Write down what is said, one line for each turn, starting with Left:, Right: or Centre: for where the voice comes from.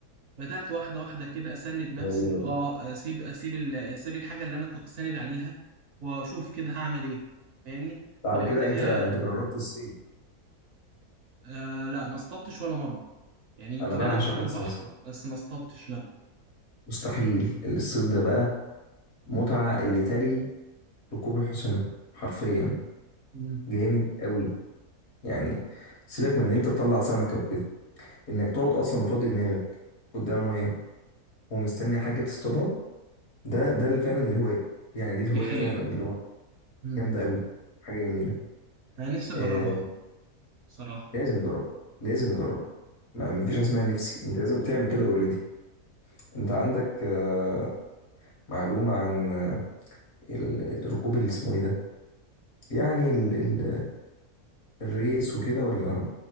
Right: بدات واحده واحده كده اسند نفسي
Left: غريبة دي
Right: اه اسيب اسيب ال- اسيب الحاجه اللي انا كنت ساند عليها واشوف كده هعمل ايه فاهمني
Left: على
Right: طب ابتدي
Left: كده أنت أنت جربت الصيد
Right: آه لا ما اصطدتش ولا مره يعني يمكن
Left: أنا بعشق
Right: انا بحب
Left: حاجة
Right: البحر
Left: اسمها صيد
Right: بس ما اصطدتش لا
Left: مستحيل الصيد ده بقى متعة اللي تلي ركوب الحصينة حرفيا
Right: مم.
Left: جامد قوي يعني سيبك من ان انت تطلع سمكة وكده انك تقعد اصلا مفضي دماغك قدام المية ومستني حاجة تصطادها ده ده اللي فعلا الهواية يعني دي الهواية
Right: دي حقيقه
Left: فعلا اللي هو آه.
Right: مم.
Left: جامدة قوي حاجة جميلة
Right: انا نفسي اجربها
Left: آه
Right: صراحه
Left: لازم نجربها لازم نجربها ما مفيش حاجة اسمها نفسي انت لازم تعمل كده اوريدي انت عندك آه معلومة عن آه ال- الركوب اللي اسمه ايه ده يعني ال ال الريس وكده ولا